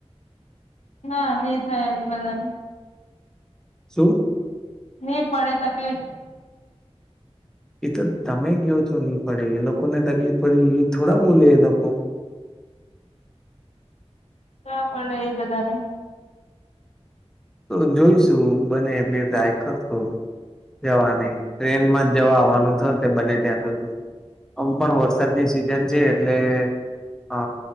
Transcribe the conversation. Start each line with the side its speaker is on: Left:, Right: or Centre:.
Left: હા નહી થાય <unintelligible>
Centre: શું
Left: નહીં પડે તકલીફ
Centre: એ તો તમે કો છો નહી પડે એ લોકોને તકલીફ પડી એ થોડા બોલે એ લોકો <inaudible>
Left: ના પડે એ બધાને
Centre: તો જોઈશું બને એટલે ટ્રાય કરશો. જવાની ટ્રેનમાં જ જવા આવવાનું થાત એ બને ત્યાં સુધી આમ પણ વરસાદની સિઝન છે એટલે અ